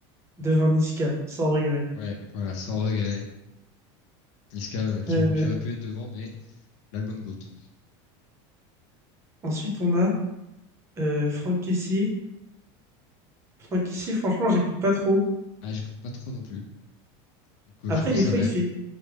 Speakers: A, on the right; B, on the left.
A: Devant Niska, sans regret.
B: Ouais, voilà, sans regret. Niska euh, qui,
A: Euh,
B: qui, aurait pu être devant, mais l'album Goat.
A: ensuite, on a euh, Franck Caissier. Franck Caissier, franchement, j'écoute pas trop.
B: Ah, j'écoute pas trop non plus. Donc, euh,
A: Après,
B: je pense
A: des
B: que ça
A: fois,
B: va
A: il
B: être,
A: fait.